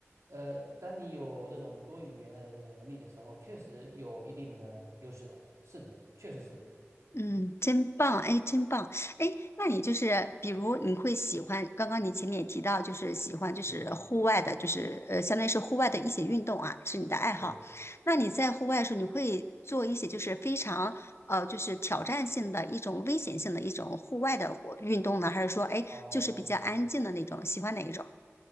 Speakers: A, on the right (about 85°); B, on the left (about 60°).
A: 呃，当你有这种多语言的这种能力的时候，确实有一定的优势的，是的，确实是，
B: 嗯，真棒，哎，真棒，哎，那你就是比如你会喜欢，刚刚你前面也提到，就是喜欢就是户外的，
A: 嗯，
B: 就是呃，相当于是户外的一些运动啊，是你的爱好。
A: 对，
B: 那你在户外的时候，你会做一些就是非常呃，就是挑战性的一种危险性的一种户外的活运动呢，还是说哎，
A: 哦。
B: 就是比较安静的那种？喜欢哪一种？